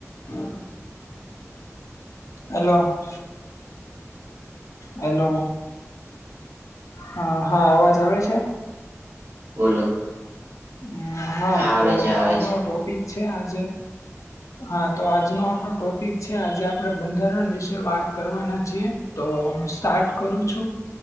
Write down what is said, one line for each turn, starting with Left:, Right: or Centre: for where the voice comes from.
Left: હમ. Hello. Hello, હા, હા, અવાજ આવે છે.
Right: બોલો.
Left: હમ, હા
Right: આવે
Left: તો,
Right: છે આવે
Left: આપણો
Right: છે.
Left: ટોપિક છે આજે. હા તો, આજનો આપણ ટોપિક છે, આજે આપણે બંધારણ વિશે વાત કરવાના છીએ. તો હું સ્ટાર્ટ કરું છું.